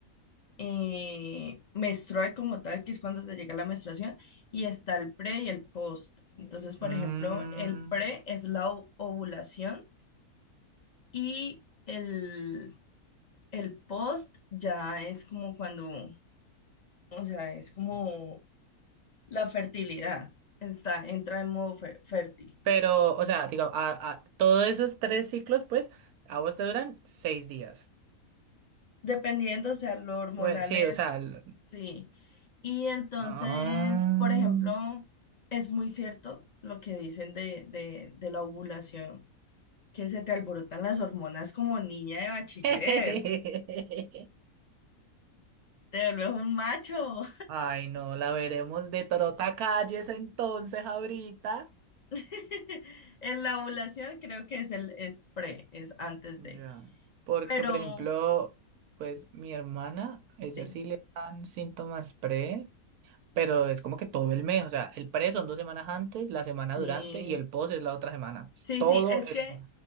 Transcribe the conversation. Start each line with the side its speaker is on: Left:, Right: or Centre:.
Left: eh, menstrual como tal, que es cuando te llega la menstruación, y está el pre y el post. Entonces, por
Right: Mm,
Left: ejemplo, el pre es la o- ovulación y el, el post ya es como cuando O sea, es como la fertilidad, está, entra en modo fer- fértil.
Right: pero, o sea, digo, a, a- todos esos tres ciclos, pues, a vos te duran seis días.
Left: Dependiendo, o sea, lo hormonal
Right: Bueno, sí,
Left: es,
Right: o sea. l-
Left: sí. Y entonces,
Right: Ah.
Left: por ejemplo, es muy cierto lo que dicen de, de, de la ovulación, que se te alborotan las hormonas como niña de bachiller,
Right: <laughs>
Left: te vuelves un macho.
Right: Ay, no, la veremos de trota calles entonces ahorita.
Left: <laughs> En la ovulación creo que es el, es pre, es antes
Right: Ya.
Left: de,
Right: Porque,
Left: pero
Right: por ejemplo, pues mi hermana, ella
Left: sí.
Right: sí le dan síntomas pre, pero es como que todo el mes. O sea, el pre son dos semanas antes, la semana
Left: Sí,
Right: durante y el post es la otra semana. Es
Left: Sí,
Right: Todo
Left: sí, es
Right: el
Left: que,